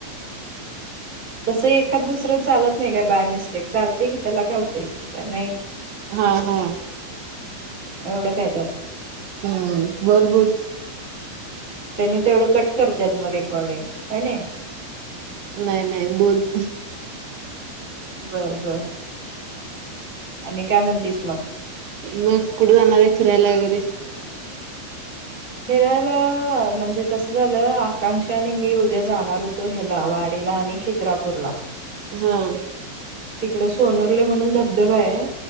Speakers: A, in the centre; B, on the right.
A: तस एखाद दुसरं चालत नाही का बाय मिस्टेक चालते की त्याला का होते का नाही
B: हा हा
A: एवढं कायेत
B: हम बोल बोल
A: त्यांनी तेवढं कट करतात मग रेकॉर्डिंग आहे ना
B: नाही नाही बोल
A: बर बर आणि काय म्हणतीस मग
B: मग कुठे जाणार आहे फिरायला वगैरे
A: फिरायला म्हणजे कसं झालं आकांक्षाने मी उद्या जाणार होतो ह्याला वाडीला आणि खिद्रपूर ला
B: हम्म
A: तिकड सोनुरले म्हणून धबधबा आहे